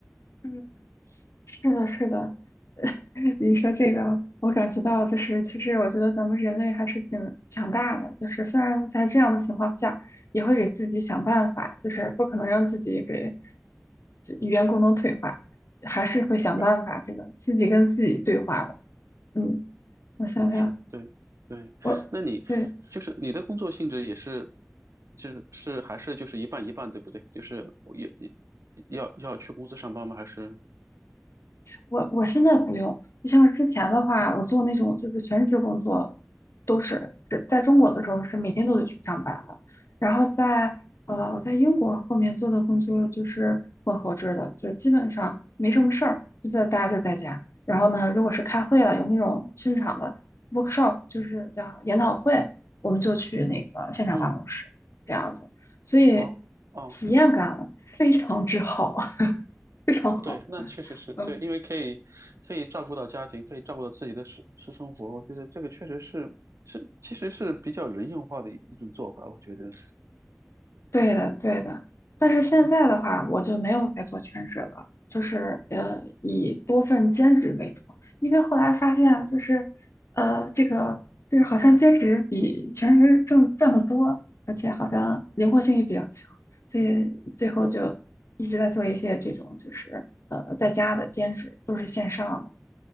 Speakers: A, on the left (about 65°); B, on the right (about 80°).
A: 嗯。是的，是的，你说这个，我感觉到就是，其实我觉得咱们人类还是挺强大的，就是虽然在这样的情况下，也会给自己想办法，就是不可能让自己给这语言功能退化，还是会想办法这个自己跟自己对话的。
B: 对。
A: 嗯，我想想，
B: 是，对对。
A: 我对，
B: 那你就是你的工作性质也是，就是是还是就是一半一半，对不对？就是我也也要要去公司上班吗？还是？
A: 我我现在不用，就像是之前的话，我做那种就是全职工作，都是是在中国的时候是每天都得去上班的。然后在呃我在英国后面做的工作就是混合制的，就基本上没什么事儿，就在大家就在家。然后呢，如果是开会了，有那种现场的 workshop，就是叫研讨会，我们就去那个现场办公室这样子，
B: 嗯，
A: 所以
B: 哦哦，
A: 体验感非常之好，<laughs> 非常好。
B: 对，那确实是对，
A: 嗯。
B: 因为可以可以照顾到家庭，可以照顾到自己的私私生活，我觉得这个确实是是其实是比较人性化的一一种做法，我觉得，
A: 对的，对的。但是现在的话，我就没有再做全职了，就是呃，以多份兼职为主。因为后来发现，就是呃，这个就是好像兼职比全职挣赚的多，而且好像灵活性也比较强，所以最后就一直在做一些这种就是呃在家的兼职，
B: 对
A: 都是线上的，